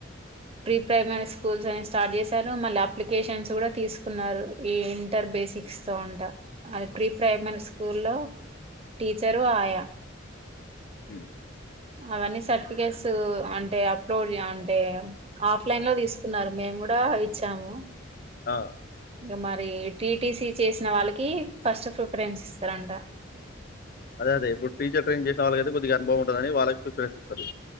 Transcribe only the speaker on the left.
హు
ఆ
అదే అదే ఇప్పు టీచర్ ట్రైనింగ్ చేసిన వళ్ళకైతే కొద్దిగా అనుభవంటదని వాళ్ళకి ప్రిరెన్స్ ఇస్తారు